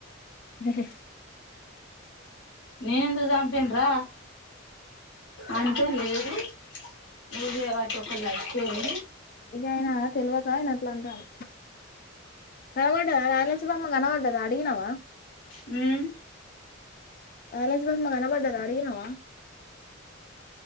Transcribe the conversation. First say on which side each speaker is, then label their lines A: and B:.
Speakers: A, on the left; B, on the left.
A: హ్మ్మ్
B: నేనెందుకు చంపన రా అంతే లేదు నువ్వే వాటి ఒరు జచ్చిపోయింది
A: ఇకయినా తెలివక ఆయన అట్లా అంటాఉండు కనబడ్డద నాగల్ సుబ్బమ్మ అడిగినవా
B: ఉమ్
A: నగల సుబ్బమ్మ కనబడ్డద అడిగినావా